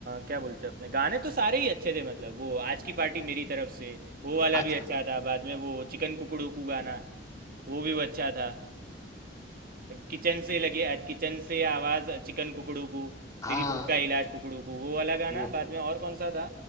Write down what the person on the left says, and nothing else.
आज
की बात
हाँ
वो